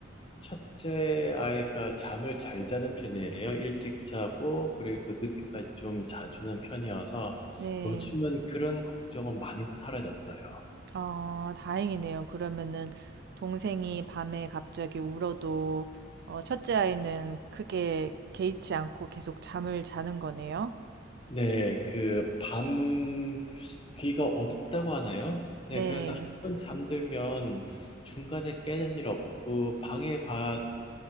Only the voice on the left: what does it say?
첫째 아이가 잠을 잘 자는 편이에요. 일찍 자고, 그리고 늦게까지 좀 자주는 편이어서,
요즘은 그런 걱정은 많이 사라졌어요.
네, 그 밤, 귀가 어둡다고 하나요? 네,
그래서 한 번 잠들면 중간에 깨는 일 없고, 방해받지